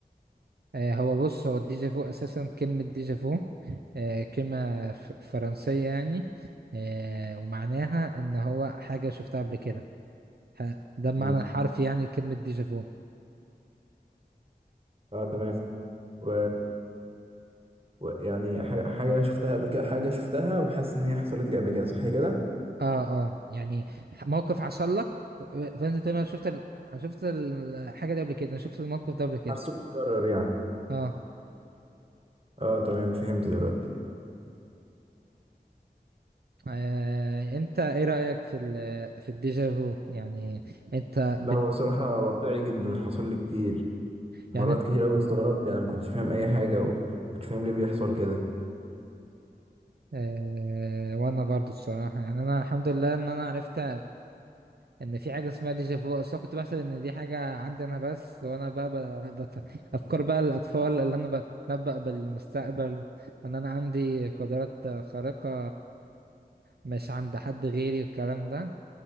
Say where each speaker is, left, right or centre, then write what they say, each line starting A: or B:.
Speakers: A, on the right; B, on the right.
A: آه، هو بص هو الديجا فو اساسا كلمة ديجا فو آه، كلمة ف- فرنسية يعني آه، ومعناها ان هو حاجة شفتها قبل كده ح- ده المعنى
B: مم.
A: الحرفي يعني كلمة ديجا فو
B: اه تمام و... و... يعني حاجة حاجة شفتها قبل كده حاجة شفتها وحاسس ان هي حصلت لي قبل كده صح كده؟
A: اه اه يعني ح- موقف حصل لك آه، فانت تقول انا شفت ال... أنا شفت الحاجة دي قبل كده انا شفت الموقف ده قبل كده
B: حاسه متكرر يعني
A: اه
B: اه تمام فهمت دلوقتي
A: آه، انت ايه رأيك في ال... في الديجا فو يعني انت بن...
B: لا هو صراحة واقعي جدا حصل لي كتير مرات
A: يعني انت
B: كتير قوي استغربت يعني ما كنتش فاهم اي حاجة وما كنتش فاهم ليه بيحصل كده
A: آه وانا برضو الصراحة يعني انا الحمد لله ان انا عرفت ان في حاجه اسمها ديجا فو اصل أنا كنت بحسب ان دي حاجه عندي انا بس وانا بقى ب- بت... افكار بقى الاطفال اللي انا بتنبأ بالمستقبل وان انا عندي قدرات خارقه مش عند حد غيري والكلام ده